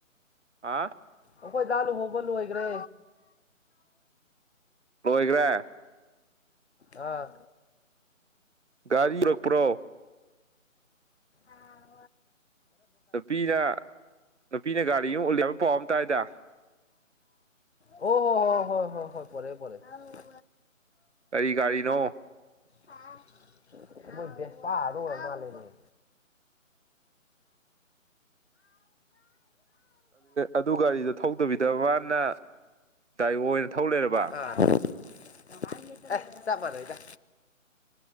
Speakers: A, on the right; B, on the left.
A: ꯑꯥ
B: ꯑꯩꯈꯣꯏ ꯗꯥ ꯂꯨꯍꯣꯡꯕ ꯂꯣꯏꯈ꯭ꯔꯦ
A: ꯂꯣꯏꯈ꯭ꯔꯦ
B: ꯑꯥ
A: ꯒꯥꯔꯤ ꯌꯧꯔꯛꯄ꯭ꯔꯣ
B: ꯑꯥ
A: ꯅꯨꯄꯤꯅ ꯅꯨꯄꯤꯅ ꯒꯥꯔꯤ ꯑꯃ ꯎꯟꯂꯛ ꯑꯦ ꯍꯥꯏꯕ ꯄꯥꯎ ꯑꯃ ꯇꯥꯏꯗ
B: ꯑꯣ ꯍ ꯑꯣ ꯍꯣ ꯍ ꯍꯣꯏ ꯄꯣꯔꯛ ꯑꯦ ꯄꯣꯔꯛ ꯑꯦ
A: ꯀꯔꯤ ꯒꯥꯔꯤꯅꯣ
B: ꯑꯥ ꯃꯣꯏ ꯕꯦꯁꯄꯥ ꯑꯣꯏꯔ ꯃꯥꯜꯂꯦꯅꯦ
A: ꯑꯗꯨ ꯒꯥꯔꯤꯗꯣ ꯊꯧꯗꯕꯤꯗꯕ ꯃꯥꯅ ꯗꯥꯏ ꯑꯣ ꯑꯣꯏꯅ ꯊꯧ ꯂꯩꯔꯕ
B: ꯑꯥ ꯆꯞ ꯃꯥꯟꯅꯩꯗ